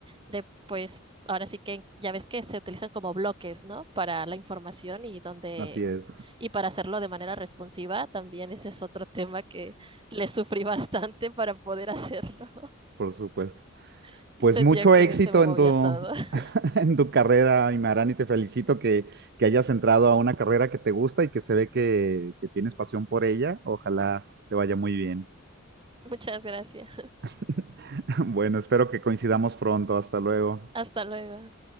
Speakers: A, on the right; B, on the right.
A: de, pues, ahora sí que ya ves que se utilizan como bloques, ¿no? Para la información y donde,
B: Así es,
A: y para hacerlo de manera responsiva, también ese es otro tema que le sufrí <laughs> bastante para poder hacerlo.
B: por supuesto.
A: <laughs>
B: Pues
A: Sentía
B: mucho
A: que
B: éxito
A: se me movía
B: en tu,
A: todo. <laughs>
B: <laughs> en tu carrera, Imarán, y te felicito que, que hayas entrado a una carrera que te gusta y que se ve que, que tienes pasión por ella. Ojalá te vaya muy bien.
A: Muchas gracias.
B: <laughs> Bueno, espero que coincidamos pronto. Hasta luego.
A: Hasta luego.